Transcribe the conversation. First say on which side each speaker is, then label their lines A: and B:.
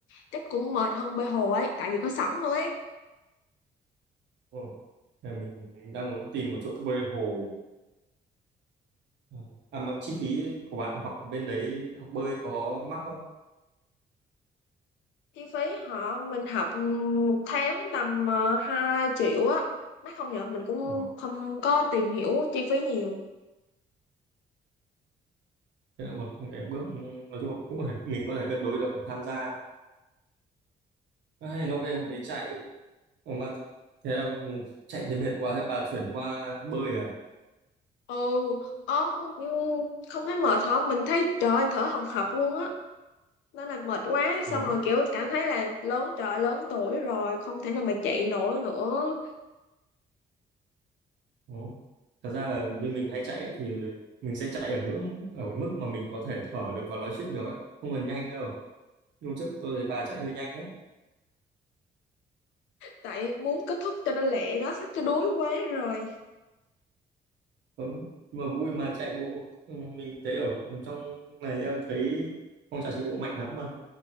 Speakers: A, on the left; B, on the right.
A: chắc cũng mệt hơn bơi hồ ấy tại vì có sóng thôi ấy
B: Đúng không? Nên Mình đang muốn tìm một chỗ bơi hồ. Ờ. À mà chi phí của bạn học ở bên đấy học bơi có mắc không?
A: chi phí họ mình học ừ, một tháng tầm uh, 2 triệu á mắc không nhở mình cũng
B: Đúng không?
A: không có tìm hiểu chi phí nhiều
B: Thế là một cái bước ừ, nói chung là cũng phải, mình có thể cân đối được để tham gia. Ai, nó về
A: ừ
B: thấy chạy Ủa mà thế là ừ, chạy thấy mệt quá thế bà chuyển qua bơi à?
A: Ừ, ờ, ừ, không thấy mệt hả mình thấy trời ơi, thở hồng hộc luôn á nó làm mệt quá xong
B: Ủa?
A: rồi kiểu cảm thấy là lớn trời lớn tuổi rồi không thể nào mà chạy nổi nữa
B: Ủa? Thật ra là như mình hay chạy ấy, thì mình sẽ chạy ở ngưỡng ở cái mức mà mình có thể thở được và nói chuyện được ấy. Không cần nhanh đâu hôm trước tôi thấy bà chạy hơi nhanh á
A: tại muốn kết thúc cho nó lẹ đó chứ đuối quá rồi
B: Ờ, mà vui mà chạy bộ ừ, mình thấy ở trong này em thấy phong trào chạy bộ mạnh lắm mà